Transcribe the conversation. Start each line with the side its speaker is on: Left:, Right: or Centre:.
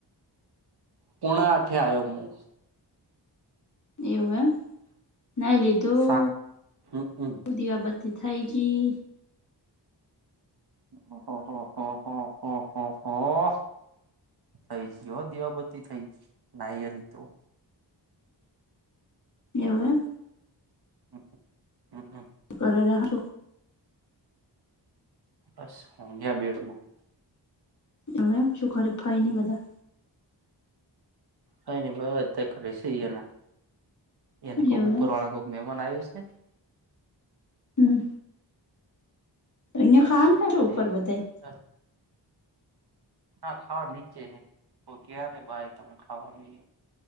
Right: પોણા આથે આવ્યો હુ.
Left: એવું એમ ના લીધું
Right: સા હમ હમ.
Left: દીવા ત થાયકી
Right: હ હ હા હા હા હા હા થઈ ગ હો દીવા બતી થઈ નાહીની તો
Left: એવું
Right: હમ હા હા
Left: કર છ.
Right: બસ મોઘિયા બેડમાં
Left: એવ એમ શું ખરે ફય નઈ બધા
Right: હ ન ભાઈ અ કરી છે એને એને કોઈ
Left: એવું
Right: ઉપર
Left: એમ
Right: વાળા કો મહેમાન આવ્યું છે.
Left: હમ્મ તો અહીિયાયા ખાન થ છો,
Right: છે
Left: ઉપર બધ
Right: તે હા ખાવા નીચે છે, તો કં ને ભાઈ તને ખાવાનું